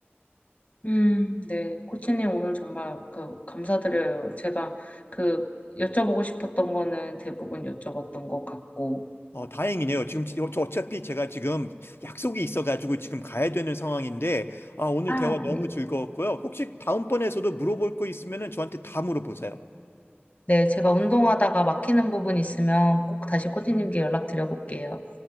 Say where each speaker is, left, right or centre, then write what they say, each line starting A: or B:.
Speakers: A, on the left (about 40°); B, on the left (about 70°).
A: 음, 네. 코치님 오늘 정말 그 감사드려요. 제가 그 여쭤보고 싶었던 거는 대부분 여쭤봤던 것 같고.
B: 어, 다행이네요. 지금 지- 어, 저 어차피 제가 지금 약속이 있어가지고 지금 가야 되는 상황인데, 아, 오늘
A: 아,
B: 대화 너무
A: 네.
B: 즐거웠고요. 혹시 다음번에서도 물어볼 거 있으면은 저한테 다 물어보세요.
A: 네, 제가 운동하다가 막히는 부분 있으면 꼭 다시 코치님께 연락드려볼게요.